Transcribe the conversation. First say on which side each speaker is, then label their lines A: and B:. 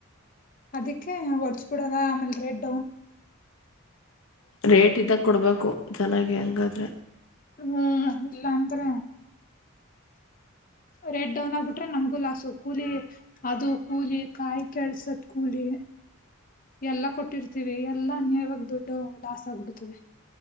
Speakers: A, on the left; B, on the left.
A: ಅದಕ್ಕೆ ಒಡ್ಸ್ ಬಿಡದ ಆಮೇಲ್ೆಡ್
B: ರೇಟ್ ಇದಾಗ ಕೊಡ್ಬೇಕು ಚೆನ್ನಾಗಿ ಹೆಂಗಾದ್ರೆ
A: ಹ್ಮ್ ಇಲ್ಲಾಂತರ ರೇಡ್ ಡೌನ್ ಆಗ್ಬಿಟ್ರೆ ನಮ್ಗೂ ಲಾಸ್ ಕೂಲಿ ಅದು ಕೂಲಿ ಕಾಯಿ ಕೆಳ್ಸದ ಕೂಲಿ ಎಲ್ಲಾ ಕೊಟ್ಟಿರ್ತೀವಿ ಎಲ್ಲಾ ನೀವಾಗ ದೊಡ್ಡು ಲಾಸ್ ಆಗ್ಬಿಡ್ತದೆ